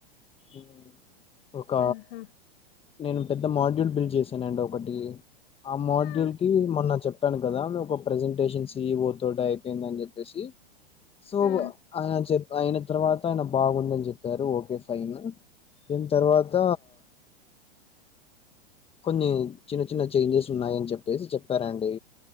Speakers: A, on the left; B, on the left.
A: ఉ ఒక
B: ఉహు
A: నేను పెద్ద మాడ్యూల్ బిల్ చేశాను అండి ఒకటి ఆ మోడ్యూల్
B: ఉ
A: కి మొన్న చెప్ చెప్పాను కదా మే ఒక ప్రజెంటేషన్ సీఈవో తోటీ అయిపోయింది అని చెప్పేసి సో
B: ఉ
A: ఆయన చెప్ అయిన తర్వాత ఆయన బాగుందని చెప్పారు ఓకే ఫైన్ దీని తర్వాత కొన్ని చిన్న చిన్న చేంజెస్ ఉన్నాయని చెప్పేసి చెప్పారండి